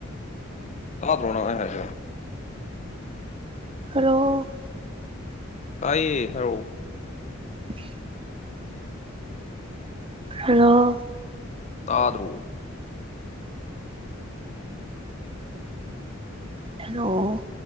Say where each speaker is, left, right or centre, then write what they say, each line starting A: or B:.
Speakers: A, on the left (about 35°); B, on the right (about 25°).
A: ꯁꯥꯗꯧꯣꯅ ꯍꯥꯏꯁꯨꯣ
B: ꯔꯣ
A: ꯇꯥꯏꯌꯦ ꯍꯂꯣ
B: ꯐ ꯍꯜꯂꯣ
A: ꯇꯥꯗ꯭ꯔꯣ
B: ꯍꯜꯂꯣ